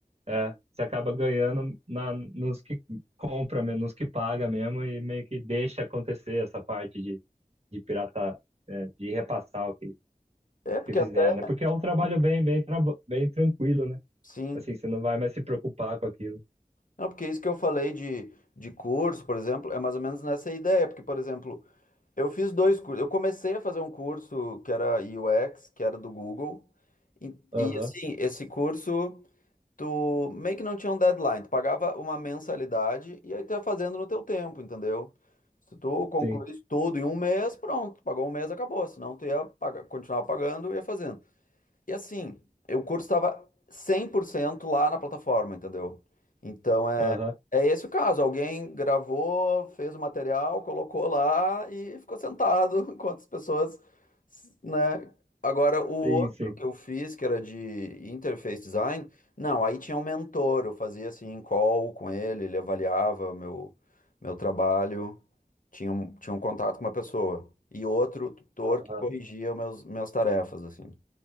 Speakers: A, on the right; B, on the left.
A: é, você acaba ganhando na, nos que compra, mesmo, nos que paga mesmo, e meio que deixa acontecer essa parte de, de piratar é, de repassar o que,
B: É, porque
A: que fizer,
B: até,
A: né? Porque é um trabalho bem, bem, traba- bem tranquilo, né?
B: sim.
A: Assim, você não vai mais se preocupar com aquilo.
B: Não, porque é isso que eu falei de, de curso, por exemplo, é mais ou menos nessa ideia. Porque, por exemplo, eu fiz dois cursos. Eu comecei a fazer um curso que era UX, que era do Google. E,
A: Aham,
B: e, assim, esse curso, tu meio que não tinha um deadline. Tu pagava uma mensalidade e aí tu ia fazendo no teu tempo, entendeu? Se tu concluísse
A: sim.
B: tudo em um mês, pronto. Pagou um mês, acabou. Senão tu ia pagar, continuar pagando e ia fazendo. E assim, o curso estava 100% lá na plataforma, entendeu? Então é,
A: Aham,
B: é esse o caso. Alguém gravou, fez o material, colocou lá e ficou sentado <laughs> enquanto as pessoas, né? Agora, o outro
A: sim, sim.
B: que eu fiz, que era de interface design, não, aí tinha um mentor, eu fazia assim, call com ele, ele avaliava meu, meu trabalho, tinha um, tinha um contato com uma pessoa. E outro tutor
A: Aham.
B: que corrigia meus, minhas tarefas, assim.